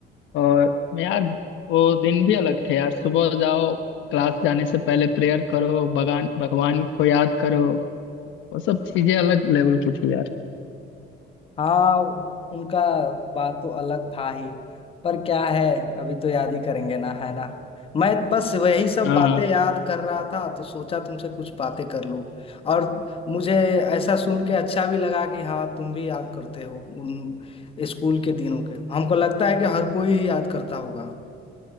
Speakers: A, on the left; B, on the left.
A: और यार वो दिन भी अलग थे यार सुबह जाओ क्लास जाने से पहले प्रेयर करो भगवान भगवान को याद करो वो सब चीजें अलग लेवल की थी यार
B: हाँ उनका बात तो अलग था ही पर क्या है अभी तो याद ही करेंगे ना है ना मैं बस वही सब
A: हाँ
B: बातें
A: हाँ
B: याद कर रहा था तो सोचा तुमसे कुछ बातें कर लूं और मुझे ऐसा सुन के अच्छा भी लगा कि हाँ तुम भी याद करते हो उन स्कूल के दिनों के हमको लगता है कि हर कोई ही याद करता होगा